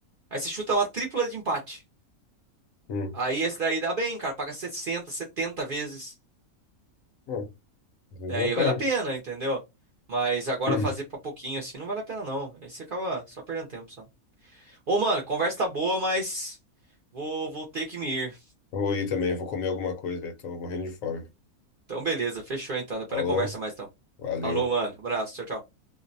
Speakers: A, on the right; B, on the left.
A: Aí você chuta uma tripla de empate.
B: Hum.
A: Aí esse daí dá bem, cara. Paga 60, 70 vezes.
B: Bom, às vezes
A: É,
B: vale
A: Aí
B: a pena.
A: vale a pena, entendeu? Mas agora
B: <clears throat>
A: fazer pra pouquinho assim não vale a pena, não. Aí você acaba só perdendo tempo só. Ô, mano, conversa tá boa, mas vou, vou ter que me ir.
B: Vou ir também, vou comer alguma coisa, velho. Tô morrendo de fome.
A: Então, beleza. Fechou então. Depois
B: Falou,
A: a gente conversa mais então.
B: valeu.
A: Falou, mano. Abraço. Tchau, tchau.